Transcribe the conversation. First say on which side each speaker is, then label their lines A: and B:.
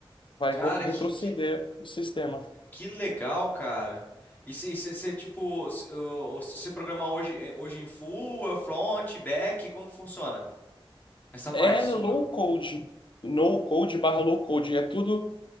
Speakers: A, on the left (about 60°); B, on the left (about 20°).
A: vai
B: Cara,
A: vou retroceder
B: que, que
A: o sistema.
B: Que legal, cara. E você, tipo, você programar hoje, eh, hoje em full, eh, front, back, como funciona essa parte
A: É
B: sua?
A: low code, no code barra low code, é tudo